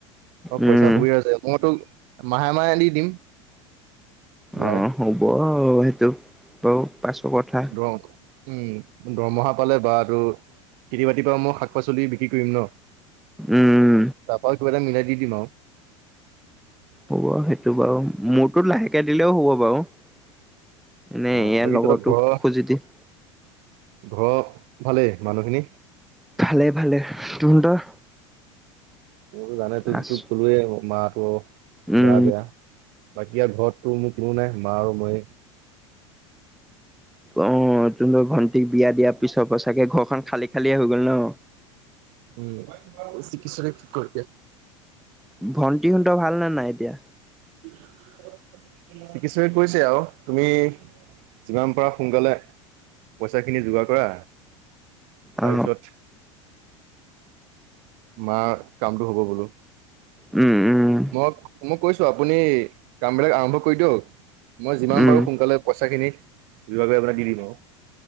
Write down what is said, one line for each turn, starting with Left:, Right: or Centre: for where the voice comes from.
Right: অ', পইচা
Centre: উম
Right: অসুবিধা আছে মই তোক মাহে মাহে দি দিম। ঘূৰাই
Centre: অ', হ'ব সেইটো বাৰু পাছৰ কথা
Right: ধৰ উম দৰমহা পালে বা এইটো খেতি বাতিৰ পৰা মই শাক পাচলি বিক্ৰী কৰিম ন
Centre: উম
Right: তাৰপা কিবা এটা মিলাই দি দিম আৰু
Centre: হ'ব সেইটো বাৰু মোৰতো লাহেকে দিলেও হ'ব বাৰু এনে
Right: অ
Centre: ইয়াৰ
Right: বাকী
Centre: লগৰটো
Right: তহঁতৰ ঘৰৰ
Centre: খুজি দিম
Right: ঘৰৰ ভালেই মানুহখিনি?
Centre: ভালে ভালে তহঁতৰ?
Right: মোৰ জানইতো
Centre: আছ
Right: যিটো কলোৱে মা টো
Centre: উম
Right: গা বেয়া বাকী এতিয়া ঘৰততো মোৰ কোনো নাই মা আৰু ময়ে
Centre: অ', তুমিটো ভন্টিক বিয়া দিয়া পিছৰ পা চাগে ঘৰখন খালি খালি হৈ হৈ গ'ল ন
Right: উম চিকিৎসাে কি কৰিলে
Centre: ভণ্টি হতৰ ভাল নে নাই এতিয়া?
Right: <inaudible> চিকিৎসে কৈছে আৰু তুমি যিমান পাৰা সোনকালে পইচাখিনি যোগাৰ কৰা।
Centre: অ
Right: তাৰপিছত মা কামটো হ'ব বোলো।
Centre: উ, উ।
Right: মই কৈছো আপুনি কাম বিলাক আৰম্ভ কৰি দিয়ক মই যিমান
Centre: উম
Right: পাৰোঁ সোনকালে পইচাখিনি লাগে আপোনাক দি দিম আও।